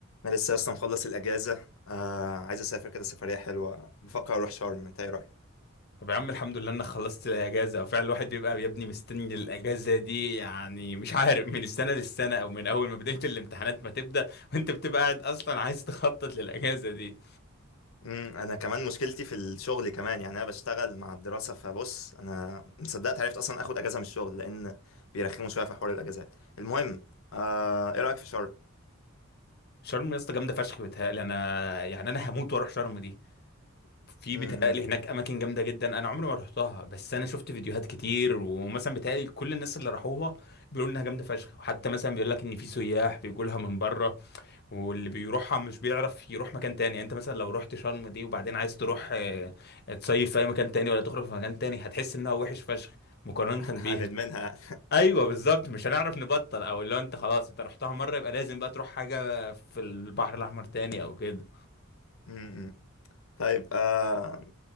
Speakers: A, on the left; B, on the left.
A: انا لسه اصلا مخلص الاجازه آه عايز اسافر كده سفريه حلوه بفكر اروح شرم انت ايه رايك
B: طب يا عم الحمد لله انك خلصت الاجازه وفعلا الواحد بيبقى يا ابني مستني الاجازه دي يعني مش عارف من السنه للسنه او من اول ما بدايه الامتحانات ما تبدا وانت بتبقى قاعد اصلا عايز تخطط للاجازه دي
A: امم انا كمان مشكلتي في الشغل كمان يعني انا بشتغل مع الدراسه فبص انا مصدقت عرفت اصلا اخد اجازه من الشغل لان بيرخموا شويه في حوار الاجازات المهم آه ايه رايك في شرم
B: شرم يا اسطى جامده فشخ بيتهيألي انا يعني انا هموت واروح شرم دي في
A: امم
B: بيتهيألي هناك اماكن جامده جدا انا عمري ما رحتها بس انا شفت فيديوهات كتير ومثلا بيتهيألي كل الناس اللي راحوها بيقولوا انها جامده فشخ وحتى مثلا بيقول لك ان في سياح بيجوا لها من بره واللي بيروحها مش بيعرف يروح مكان تاني يعني انت مثلا لو رحت شرم دي وبعدين عايز تروح آه، آه، تصيف في اي مكان تاني ولا تخرج في مكان تاني هتحس انها وحش فشخ مقارنة
A: <laughs>
B: بيها
A: هندمنها
B: ايوه بالظبط مش هنعرف نبطل او لو انت خلاص انت رحتها مرة يبقى لازم بقى تروح حاجة في البحر الاحمر تاني او كده
A: امم طيب آه